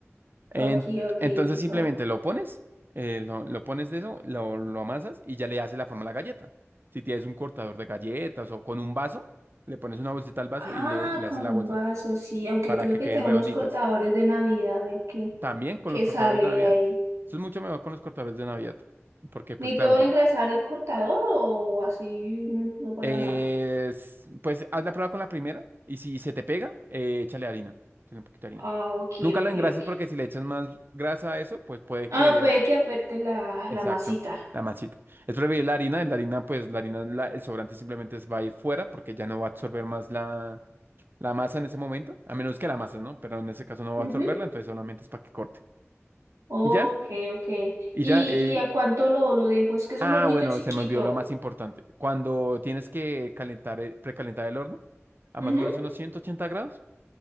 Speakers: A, on the right; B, on the right.
A: En-
B: Ok, ok,
A: entonces
B: listo.
A: simplemente lo pones, eh, lo, lo pones de eso, lo, lo amasas y ya le haces la forma a la galleta. Si tienes un cortador de galletas o con un vaso, le pones una bolsita al vaso
B: Ah,
A: y le, le
B: con
A: haces la
B: un
A: bolsa
B: vaso, sí, aunque
A: para
B: creo
A: que
B: que
A: queden
B: tengo
A: redonditas.
B: unos cortadores de Navidad, a ver qué,
A: También con
B: qué
A: los cortadores
B: sale
A: de
B: de
A: Navidad.
B: ahí.
A: Eso es mucho mejor con los cortadores de Navidad. Porque, pues
B: ¿Necesito
A: claro,
B: engrasar el cortador o así no, no pasa
A: Eh,
B: nada?
A: s- pues haz la prueba con la primera y si se te pega, eh, échale harina. Échale un poquito de harina.
B: Ah, ok,
A: Nunca
B: ok,
A: lo engrases
B: ok.
A: porque si le echas más grasa a eso, pues puede
B: Ah,
A: que...
B: puede que afecte la,
A: Exacto,
B: la masita.
A: la masita. Es preferible la harina, la harina, pues la harina, la- el sobrante simplemente es- va a ir fuera porque ya no va a absorber más la, la masa en ese momento, a menos que la masa, ¿no? Pero en ese caso no va
B: Ujú.
A: a absorberla, entonces solamente es para que corte.
B: Ok,
A: Y ya,
B: ok.
A: y
B: ¿Y,
A: ya, eh,
B: y a cuánto lo, lo dejo? Es que es un
A: Ah,
B: hornito
A: bueno,
B: chiquito.
A: se me olvidó lo más importante. Cuando tienes que calentar, el- precalentar el horno a
B: Ujú.
A: más o menos unos 180 grados,